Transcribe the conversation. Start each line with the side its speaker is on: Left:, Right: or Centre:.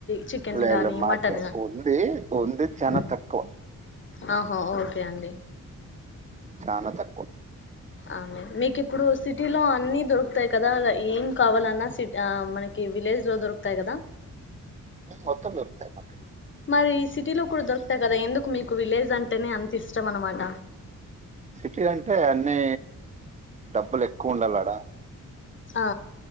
Left: చికెన్
Right: లేదు
Left: గాని
Right: మాకే
Left: మటన్ గాని
Right: ఉంది ఉంది చాలా
Left: ఊ
Right: తక్కువ
Left: ఆ హ ఓకే అంతే అండి
Right: చాలా తక్కువ
Left: అమె మీకు ఇప్పుడు సిటీలో అన్ని దొరుకు కదా ఏం కావాలన్నా సి మనకి విలేజ్ లో దొర్ కదా
Right: మొత్తం దొరుకుతాయి మాకు
Left: మరి సిటీలో కూడా దొరుకుతాయి కదా ఎందుకు మీకు విలేజ్ అంటేనే అంత ఇష్టం అన్నమాట
Right: సిటీ అంటే అన్నీ డబ్బులు ఎక్కువ ఉండల్లాడ
Left: ఆ